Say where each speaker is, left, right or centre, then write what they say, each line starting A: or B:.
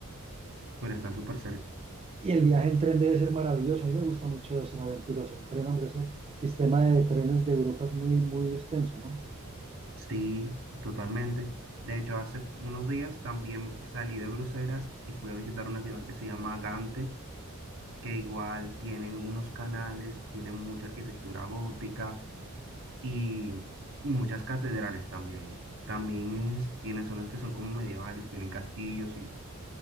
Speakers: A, on the right (about 60°); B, on the right (about 25°).
A: pero está súper cerca.
B: Y el viaje en tren debe ser maravilloso. A mí me gusta mucho esas aventuras en tren, hombre. Ese sistema de trenes de Europa es muy, muy extenso, ¿no?
A: Sí, totalmente. De hecho, hace unos días también salí de Bruselas y fui a visitar una ciudad que se llama Gante, que igual tienen unos canales, tienen mucha arquitectura gótica y, y muchas catedrales también. También es, tiene zonas que son como medievales, tienen castillos y